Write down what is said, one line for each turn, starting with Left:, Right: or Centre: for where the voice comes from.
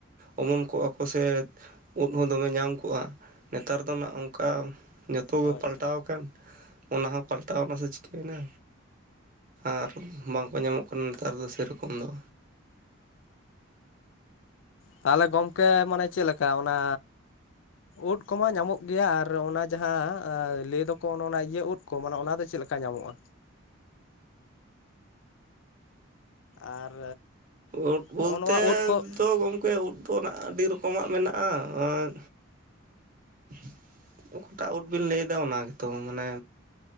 Right: ᱚᱢᱚᱱ ᱠᱚᱜᱼᱟ ᱠᱚ ᱥᱮ ᱳᱫᱽ ᱦᱚᱸ ᱫᱚᱢᱮ ᱧᱟᱢ ᱠᱚᱜᱼᱟ ᱱᱮᱛᱟᱨ ᱫᱚ ᱦᱟᱸᱜ ᱚᱝᱠᱟ ᱛᱳ ᱜᱮ
Left: ᱦᱳᱭ
Right: ᱯᱟᱞᱴᱟᱣ ᱠᱟᱱ ᱚᱱᱟ ᱦᱚᱸ ᱯᱟᱞᱴᱟᱣ ᱱᱟ ᱥᱮ ᱪᱤᱠᱟᱹᱭᱱᱟ? ᱟᱨ ᱵᱟᱝᱠᱚ ᱧᱟᱢᱚᱜ ᱠᱟᱱᱟ ᱱᱮᱛᱟᱨ ᱫᱚ ᱥᱮᱨᱚᱠᱚᱢ ᱫᱚ᱾
Left: ᱛᱟᱦᱚᱞᱮ ᱜᱚᱝᱠᱮ ᱢᱟᱱᱮ ᱪᱮ ᱞᱮᱠᱟ ᱚᱱᱟ ᱳᱫᱽ ᱠᱚᱢᱟ ᱧᱟᱢᱚᱜ ᱜᱮᱭᱟ ᱟᱨ ᱚᱱᱟ ᱡᱟᱦᱟᱸ ᱞᱟᱹᱭ ᱫᱚᱠᱚ ᱚᱱᱮ ᱚᱱᱟ ᱤᱭᱟᱹ ᱩᱫᱽ ᱠᱚ ᱢᱟᱱᱮ ᱚᱱᱟ ᱫᱚ ᱪᱮᱫ ᱞᱮᱠᱟ ᱧᱟᱢᱚᱜᱼᱟ? ᱟᱨ
Right: ᱳᱫᱽ ᱵᱚᱞᱛᱮ
Left: ᱱᱚᱜᱼᱚ ᱱᱚᱣᱟ ᱩᱫ ᱠᱚ
Right: ᱫᱚ ᱜᱚᱢᱠᱮ ᱩᱫᱽ ᱦᱚᱲᱟᱜ ᱟᱹᱰᱤ ᱨᱚᱠᱚᱢᱟᱜ ᱢᱮᱱᱟᱜᱼᱟ, ᱟᱨ <inaudible> ᱚᱠᱟᱴᱟᱜ ᱩᱴ ᱵᱤᱱ ᱞᱟᱹᱭᱫᱟ ᱚᱱᱟ ᱜᱮᱛᱚ ᱢᱟᱱᱮ